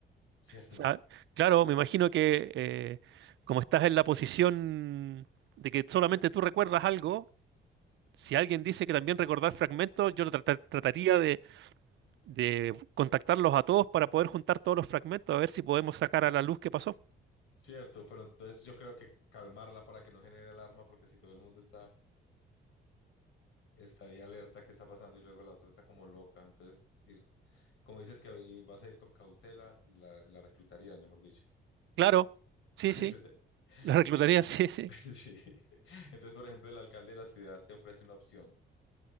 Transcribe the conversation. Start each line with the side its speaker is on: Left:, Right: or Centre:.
Left: Cierto,
Right: O sea, claro, me imagino que eh, como estás en la posición de que solamente tú recuerdas algo, si alguien dice que también recordar fragmentos, yo tra- tra- trataría de, de contactarlos a todos para poder juntar todos los fragmentos, a ver si podemos sacar a la luz qué pasó.
Left: cierto, pero entonces yo creo que calmarla para que no genere alarma, porque si todo el mundo está, está ahí alerta, ¿qué está pasando? Y luego la otra está como loca. Entonces, ir, como dices que i- vas a ir con cautela, la, la reclutaría, mejor dicho.
Right: Claro,
Left: <laughs>
Right: sí,
Left: La reclutaría.
Right: sí, la reclutaría,
Left: Y-
Right: <laughs> sí, sí.
Left: <laughs> sí. Entonces, por ejemplo, el alcalde de la ciudad te ofrece una opción.